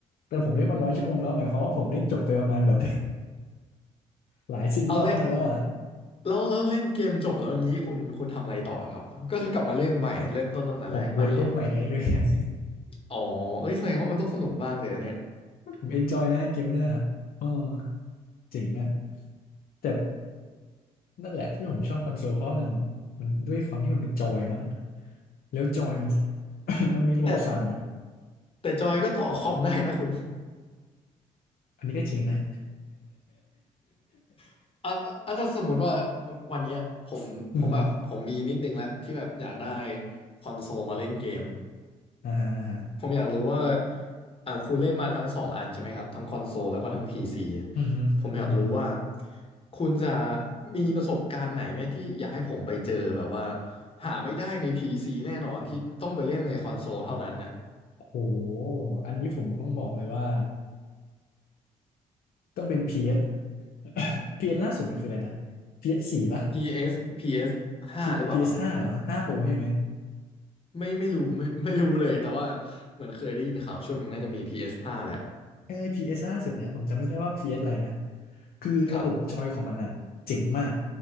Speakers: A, on the left; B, on the left.
A: แต่ผมเล่นมาร้อยชั่วโมงแล้วหมายความว่าผมเล่นจบไปประมาณแบบ <laughs> หลายสิบรอบมากแล้วอะ
B: เอาเล่นแล้วแล้วเล่นเกมจบแล้วอย่างนี้คุณคุณทำอะไรต่อครับก็คือกลับมาเล่นใหม่เริ่มต้นตั้งแต่แรกใหม่เหรอ
A: ผมวนเล่นใหม่เรื่อยๆอะ
B: อ๋อเอ้ยแสดงว่ามันต้องสนุกมากเลยนะเนี่ย
A: <laughs> ผมเอนจอยนะเกมเนี้ยอ๋อเจ๋งอะแต่นั่นแหละที่ผมชอบคอนโซลเพราะว่ามันมันด้วยความที่มันเป็นจอยมั้ง แล้วจอยมัน <coughs> มันมีระบบสั่นอ่ะ
B: แต่แต่จอยก็ต่อคอมได้นะคุณ
A: อันนี้ก็จริงนะ
B: <laughs> อ่ะอ่ะถ้าสมมุติว่าวันเนี้ยผมผมแบบผมมีนิดนึงละที่แบบอยากได้
A: <laughs> อือฮึ
B: คอนโซลมาเล่นเกม
A: อ่าฮะอ่าฮะ
B: ผมอยากรู้ว่าอ่าคุณเล่นมาทั้งสองอันใช่ไหมครับทั้งคอนโซลแล้วก็ทั้ง PC
A: อือฮึอือฮึ
B: ผมอยากรู้ว่าคุณจะมีประสบการณ์ไหนไหมที่อยากให้ผมไปเจอแบบว่าหาไม่ได้ใน PC แน่นอนที่ต้องไปเล่นในคอนโซลเท่านั้นน่ะ
A: โอ้โหอันนี้ผมต้องบอกเลยว่าต้องเป็นพพีเอส <coughs> พีเอส <coughs> ล่าสุดมันคืออะไรนะพีเอสสี่ปะ
B: PS อสพีเอสห้าหรือเปล่าครับ
A: P- พีเอสห้าเหรอห้าโปรใช่ไหม
B: ไม่ไม่รู้ไม่ไม่รู้เลยแต่ว่าเหมือนเคยได้ยินข่าวช่วงหนึ่งน่าจะมี PS ห้าแหละ
A: เอ้ p สล่าสุดเนี่ยผมจำไม่ได้ว่า PS อสอะไรนะคือระบบจอยของมันอ่ะเจ๋งมาก
B: ครับ